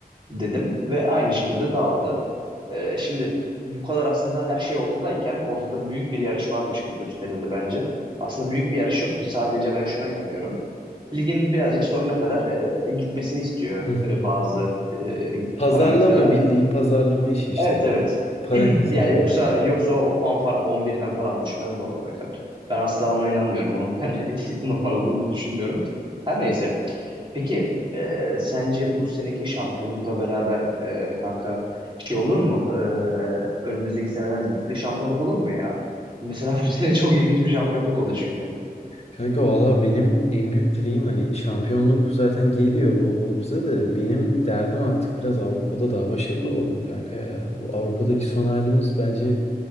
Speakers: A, on the right; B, on the left.
A: dedim ve aynı şekilde dağıldı. Ee, şimdi bu kadar aslında her şey ortadayken ortada büyük bir yarış varmış gibi gösterildi bence. Aslında büyük bir yarış yoktu. Sadece ben şuna inanıyorum. Ligin birazcık sonuna kadar e, gitmesini istiyor
B: Hı hı.
A: e, bazı e,
B: Pazarlama
A: parametreler.
B: bildiğin pazarlama işi işte
A: Evet
B: yani.
A: evet.
B: Para
A: <clears throat>
B: kazanıyorlar
A: Yani yoksa
B: sonuçta.
A: yoksa o puan farkı 11'den falan düşmezdi oralara kadar. Ben asla ona inanmıyorum. Onun ben <laughs> normal olduğunu düşünmüyorum. Her neyse. Peki e, sence bu seneki şampiyonlukla beraber e, kanka şey olur mu? E, önümüzdeki senelerde üstte şampiyonluk olur mu ya? Mesela <laughs> bu sene çok ilginç bir şampiyonluk oldu çünkü.
B: Kanka valla benim en büyük dileğim hani şampiyonluk zaten geliyor bol bol bize de benim derdim artık biraz Avrupa'da daha başarılı olalım kanka ya. Bu Avrupa'daki son halimiz bence